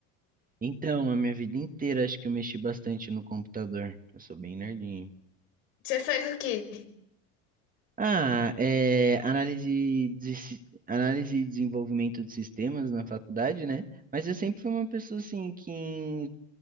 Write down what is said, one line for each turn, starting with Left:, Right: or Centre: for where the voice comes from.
Right: Então, a minha vida inteira acho que eu mexi bastante no computador. Eu sou bem nerdinho.
Left: Você faz o quê?
Right: Ah, é, análise de, si- análise e desenvolvimento de sistemas na faculdade, né? Mas eu sempre fui uma pessoa assim que em,